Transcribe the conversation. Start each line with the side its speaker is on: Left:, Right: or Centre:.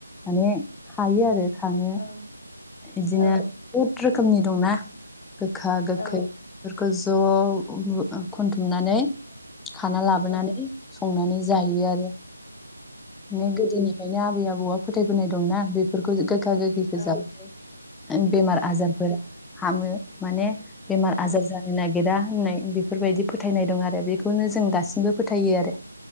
Centre: माने थायो आरो। खाङो
Left: औ
Centre: इदिनो
Left: औ
Centre: खोमनि दंना गोखा गोखै
Left: औ
Centre: बेफोरखौ ज' ओ खुनथुमनानै खाना लाबोनानै
Left: औ
Centre: संनानै जायो आरो। बिदिनो
Left: औ
Centre: गोदोनिफ्रायनो आबै आबौआ फोथायबोनाय दंना बेफोरखौ गो खा गोखैखौ
Left: औ
Centre: जाबाथाय ओं बेमार आजारफोरा हामो। माने बेमार
Left: औ
Centre: आजार जानो नागिरा। ओननाय बेफोरबायदि फोथायनाय दं आरो बेखौनो जों दासिमबो फोथायो आरो।